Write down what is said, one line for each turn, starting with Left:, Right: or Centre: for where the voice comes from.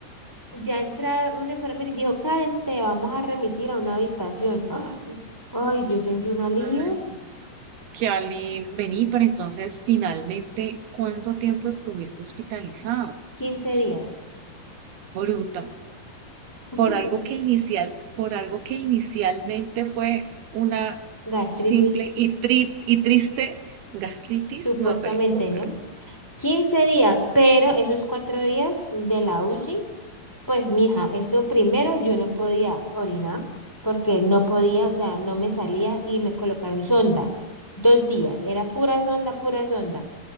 Centre: ya entra un enfermero y dijo, Karen, te vamos a remitir a una habitación. <gasps> Ay, ay, yo sentí un alivio.
Right: Ay, qué alivio. Vení, pero entonces finalmente, ¿cuánto tiempo estuviste hospitalizada?
Centre: quince días.
Right: Bruta.
Centre: <laughs>
Right: por algo que inicial, por algo que inicialmente fue una
Centre: Gastritis
Right: simple y, tri- y triste gastritis,
Centre: Supuestamente,
Right: no te lo puedo creer.
Centre: ¿no? 15 días, pero esos cuatro días de la UCI, pues mija, eso primero yo no podía orinar porque no podía, o sea, no me salía y me colocaron sonda. Dos días, era pura sonda, pura sonda.